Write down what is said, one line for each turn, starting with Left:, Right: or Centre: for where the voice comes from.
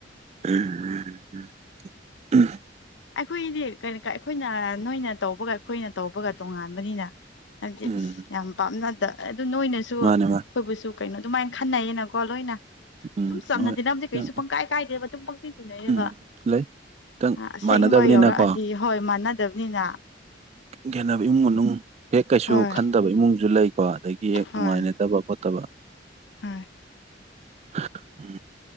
Right: ꯍꯦ ꯍꯦ <unintelligible> ꯎꯝ
Left: ꯑꯩꯈꯣꯏꯗꯤ ꯀꯩꯅ ꯀ ꯑꯩꯈꯣꯏꯅ ꯅꯣꯏꯅ ꯇꯧꯕꯒ ꯑꯩꯈꯣꯏꯅ ꯇꯧꯕꯒ ꯇꯣꯉꯥꯟꯕꯅꯤꯅ ꯍꯥꯏꯕꯗꯤ
Right: ꯎꯝ
Left: ꯑꯁ ꯌꯥꯝ ꯄꯥꯝꯅꯗ ꯑꯗꯨ ꯅꯣꯏꯅꯁꯨ
Right: ꯃꯥꯅꯦ
Left: ꯑꯈꯣꯏꯕꯨꯁꯨ
Right: ꯃꯥꯅꯦ
Left: ꯀꯩꯅꯣ ꯑꯗꯨꯃꯥꯏꯟ ꯈꯟꯅꯩꯌꯦꯅꯀꯣ ꯂꯣꯏꯅ
Right: ꯎꯝ
Left: ꯗꯨꯝ ꯆꯝꯅ
Right: ꯍꯣꯏ
Left: ꯇꯤꯟꯅꯕꯗꯤ
Right: ꯈꯤꯇꯪ
Left: ꯀꯩꯁꯨ ꯄꯪ ꯀꯥꯏ ꯀꯥꯏꯗꯦꯕ ꯑꯗꯨꯝ ꯄꯪ ꯇꯤꯟ ꯇꯤꯟꯅꯩꯌꯦꯕ
Right: ꯎꯝ ꯂꯩ ꯈꯤꯇꯪ
Left: ꯑ ꯑꯁꯦꯡꯕ
Right: ꯃꯥꯟꯅꯗꯕꯅꯤꯅꯀꯣ
Left: ꯌꯥꯎꯔꯛꯑꯗꯤ ꯍꯣꯏ ꯃꯥꯟꯅꯗꯞꯅꯤꯅ
Right: ꯌꯥꯅꯕ ꯏꯃꯨꯡ ꯃꯅꯨꯡ ꯍꯦꯛ ꯀꯩꯁꯨ
Left: ꯍꯣꯏ
Right: ꯈꯟꯗꯕ ꯏꯃꯨꯡꯖꯨ ꯂꯩꯀꯣ ꯗꯒꯤ ꯅꯨꯡꯉꯥꯏꯅꯗꯕ
Left: ꯍꯣꯏ
Right: ꯈꯣꯠꯇꯕ
Left: ꯍꯣꯏ
Right: <inaudible> ꯎꯝ